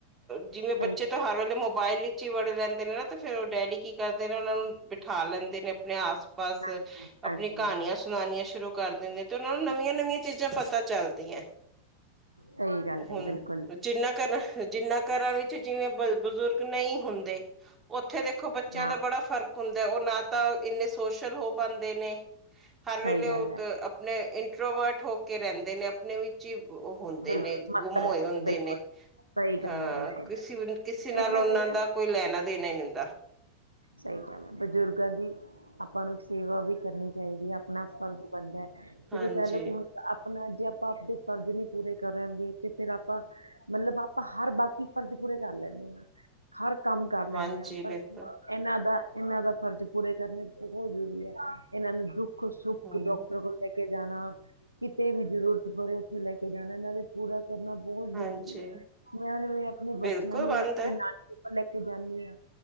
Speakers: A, on the right; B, on the right.
A: ਜਿਵੇਂ
B: ਸਹੀ
A: ਬੱਚੇ
B: ਗੱਲ
A: ਤਾਂ ਹਰ ਵੇਲੇ ਮੋਬਾਇਲ ਵਿੱਚ ਹੀ ਵੜੇ ਰਹਿੰਦੇ ਨੇ ਨਾ, ਤੇ ਫੇਿਰ ਉਹ ਡੈਡੀ ਕੀ ਕਰਦੇ ਨੇ, ਉਹਨਾਂ ਨੂੰ ਬਿਠਾ ਲੈਂਦੇ ਨੇ ਆਪਣੇ ਆਸ ਪਾਸ,
B: ਹੈ ਹਾਂਜੀ
A: ਆਪਣੀ
B: ਹਾਂਜੀ
A: ਕਹਾਣੀਆਂ ਸੁਣਾਉਣੀਆਂ ਸ਼ੁਰੂ ਕਰ ਦਿੰਦੇ ਨੇ ਤੇ ਉਹਨਾਂ ਨੂੰ ਨਵੀਆਂ ਨਵੀਆਂ ਚੀਜ਼ਾਂ ਪਤਾ ਚੱਲਦੀਆਂ,
B: ਸਹੀ ਗੱਲ ਕਹੀ
A: ਹੁਣ
B: ਬਿਲਕੁਲ
A: ਜਿੰਨਾ ਘਰਾਂ ਜਿੰਨਾ ਘਰਾਂ ਵਿੱਚ ਜਿਵੇਂ ਬ ਬਜ਼ੁਰਗ ਨਹੀਂ ਹੁੰਦੇ ਔਥੇ ਦੇਖੋ ਬੱਚਿਆਂ
B: ਹਾਂ
A: ਦਾ ਬੜਾ ਫ਼ਰਕ ਹੁੰਦਾ, ਔਹ ਨਾ ਤਾਂ ਇੰਨੇ ਸੋਸ਼ਲ ਹੋ ਪਾਉਦੇ ਨੇ ਹਰ ਵੇਲੇ
B: ਸਹੀ
A: ਉਹ
B: ਗੱਲ ਹੈ
A: ਆਪਣੇ ਇੰਟਰੋਵਰਟ ਹੋ ਕੇ ਰਹਿੰਦੇ ਨੇ, ਆਪਣੇ ਵਿੱਚ ਜੀ ਔਹ ਹੁੰਦੇ
B: ਬਿਲਕੁਲ
A: ਨੇ, ਗੁੰਮ
B: ਮਸਤ ਰਹਿੰਦੇ
A: ਹੋਏ ਹੁੰਦੇ
B: ਆ ਬਿਲਕੁਲ
A: ਨੇ
B: ਸਹੀ ਗੱਲ
A: ਹਾਂ
B: ਹੈ ਬਿਲਕੁਲ
A: ਕਿਸੇ ਕਿਸੇ ਨਾਲ
B: ਇਹਨਾਂ
A: ਉਹਨਾਂ
B: ਦੇ ਆ
A: ਦਾ ਕੋਈ ਲੈਣਾ ਦੇਣਾ ਹੀ ਹੁੰਦਾ।
B: ਸਹੀ ਗੱਲ ਹੈ, ਬਜ਼ੁਰਗਾਂ ਦੀ ਆਪਾਂ ਨੂੰ ਸੇਵਾ ਵੀ ਕਰਨੀ ਚਾਹੀਦੀ ਆਪਣਾ ਫਰਜ਼ ਬਣਦਾ,
A: ਹਾਂਜੀ
B: ਜਦੋਂ ਕਹਿ ਲੋ, ਕਿ ਹੁਣ ਆਪਣਾ ਜੇ ਆਪਾਂ ਆਪਦੇ ਫਰਜ਼ ਨੀ ਪੂਰੇ ਕਰਾਂਗੇ, ਤੇ ਫਿਰ ਆਪਾਂ, ਮਤਲਬ ਆਪਾਂ ਹਰ ਬਾਕੀ ਫਰਜ਼ ਪੂਰੇ ਕਰ ਲੈਂਦੇ ਹਾਂ, ਹਰ ਕੰਮ ਕਰ ਲੈਂਨੇ
A: ਹਾਂਜੀ
B: ਹਾਂ ਪਰ
A: ਬਿਲਕੁਲ
B: ਇਹਨਾਂ ਦਾ ਇਹਨਾਂ ਦਾ ਫ਼ਰਜ਼ ਪੂਰੇ ਕਰਨੇ ਬਹੁਤ ਜ਼ਰੂਰੀ ਹੈ ਇਹਨਾਂ ਨੂੰ ਦੁੱਖ ਸੁੱਖ
A: ਹਮ
B: ਡਾਕਟਰ ਕੋਲ ਲੈ ਕੇ ਕੇ ਜਾਣਾ ਕਿਤੇ ਵੀ ਜ਼ਰੂਰਤ ਪਵੇ ਉੱਥੇ ਲੈ ਕੇ ਜਾਣਾ ਇਹਨਾਂ ਦੇ ਪੂਰਾ ਕਰਨਾ ਬਹੁਤ ਜ਼ਰੂਰੀ
A: ਹਾਂਜੀ
B: ਹੈ ਮੈਂ ਨੇ ਤੇ ਆਪਣੇ
A: ਬਿਲਕੁਲ
B: ਬੱਚਿਆਂ ਨੂੰ
A: ਬੰਦ
B: ਵੀ ਆਪਣੇ
A: ਹੈ
B: ਨਾਲ ਲੈ ਕੇ ਜਾਂਦੀ ਹਾਂ